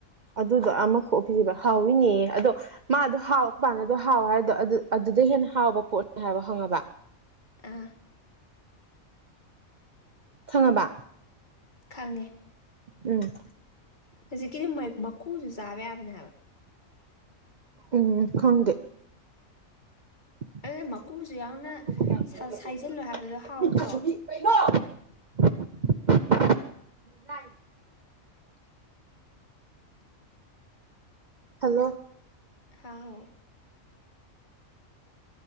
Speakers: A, on the right; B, on the left.
A: ꯑꯗꯨꯗꯣ ꯑꯃ ꯀꯣꯛꯄꯤꯁꯦꯕ ꯍꯥꯎꯋꯤꯅꯦ ꯑꯗꯣ ꯃꯥꯗꯣ ꯍꯥꯎ ꯀꯄꯥꯟꯗꯣ ꯍꯥꯎ ꯍꯥꯏꯗꯣ ꯑꯗꯨꯗ ꯍꯦꯟꯅ ꯍꯥꯎꯕ ꯄꯣꯠꯅꯤ ꯍꯥꯏꯕ ꯍꯪꯉꯕ
B: ꯑ
A: ꯊꯉꯕ
B: ꯈꯪꯉꯦ
A: ꯎꯝ
B: ꯍꯧꯖꯤꯛꯀꯤꯗꯤ ꯃꯀꯨꯁꯨ ꯆꯥꯕ ꯌꯥꯕꯅꯦ ꯍꯥꯏꯕ
A: ꯎꯝ ꯍꯪꯗꯦ <unintelligible>
B: ꯑꯗꯨꯅ ꯃꯀꯨꯁꯨ ꯌꯥꯎꯅ ꯁꯥꯏꯖꯤꯜꯂꯣ
A: ꯣ
B: ꯍꯥꯏꯕꯗꯣ ꯍꯥꯎꯇ꯭ꯔꯣ
A: <unintelligible> ꯍꯜꯂꯣ
B: ꯍꯥꯎ